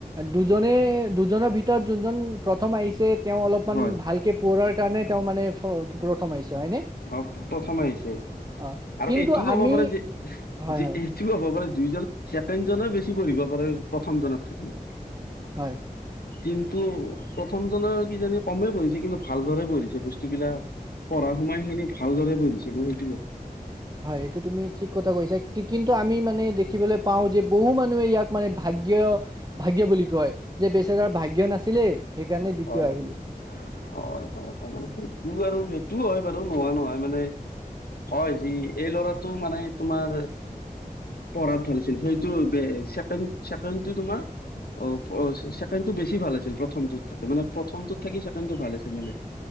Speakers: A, on the right (about 25°); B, on the left (about 90°).
A: দুজনে দুজনৰ ভিতৰত যোনজন প্ৰথম আহিছে তেওঁ অলপমান
B: হয়
A: ভালকে পঢ়াৰ কাৰণে তেওঁ মানে ফ্ৰ প্ৰথম আহিছে হয়নে?
B: অ প্ৰথমে আহিছে
A: অ
B: আৰু
A: কিন্তু
B: এইটোও
A: আমি
B: হ'ব পাৰে যে
A: হয়
B: যে
A: হয়
B: এইটো হ'ব পাৰে দুইজন ছেকেণ্ড জনে বেছি পঢ়িব পাৰে প্ৰথম জনত থাকি
A: হয়
B: কিন্তু প্ৰথমজনৰ কি জানি কমেই পঢ়িছে কিন্তু ভালদৰে পঢ়িছে বস্তুবিলাক পঢ়া সময় খিনি ভালদৰে পঢ়িছে মই সেইটো কম
A: হয় এইটো তুমি ঠিক কথা কৈছা কিন্তু আমি মানে দেখিবলৈ পাও যে বহু মানুহে ইয়াক মানে ভা ভাগ্য ভাগ্যয় বুলি কয় যে বেচৰা ভাগ্য নাছিলে সেইকাৰণে দ্বিতীয়
B: হয়
A: আহিলে
B: হয় হয় হয় হয় মানে সেইটো আৰু সেইটো হয় বাৰু নোহোৱা নহয় মানে হয় যি এই ল'ৰাটো মানে তোমাৰ পঢ়াত ভাল আছিল সেইটো বে চেকেন্ড চেকেন্ড তো তোমাৰ অ প্ৰ চেকেন্ড টো বেছি ভাল হৈছিল প্ৰথমটোত থাকি মানে প্ৰথমটোত থাকি চেকেন্ডটো ভাল হৈছে মানে